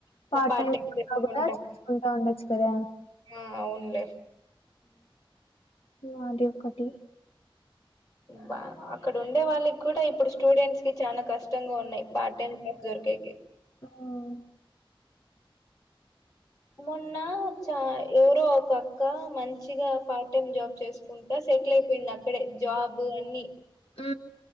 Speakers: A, on the left; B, on the left.
A: ఇట్లా
B: పార్ట్ టైమ్
A: టైం చెప్పుకుంటాం
B: కూడా చేసుకుంటా ఉండచ్చు కదా
A: ఆ అవునులే
B: ఉ అది ఒకటి
A: బా అక్కడ ఉండే వాళ్ళకి కూడా ఇప్పుడు స్టూడెంట్స్ కి చాలా కష్ తంగా ఉన్నాయ్ పార్ట్ టైం జాబ్ దొరికేకి
B: హ్మ్.
A: మొన్న చ ఎవరో ఒకక్క మంచిగా పార్ట్ టైమ్ జాబ్ చేసుకుంటా సెటిల్ అయిపోయింది అక్కడే జాబ్ అన్ని
B: ఉ